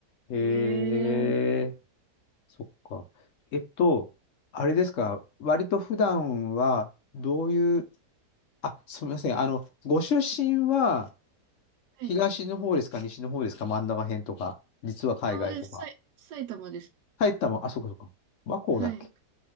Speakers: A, on the left; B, on the right.
A: へえ、
B: うん。ええ
A: そっか。えっと、あれですか、割と普段はどういうあ、すみません。あの、ご出身は
B: はい。
A: 東の方ですか、西の方ですか、真ん中辺とか、実は海外とか。
B: あ、もうです。さい、埼玉です。
A: 埼玉、あ、そうかそうか。和光だっけ
B: はい。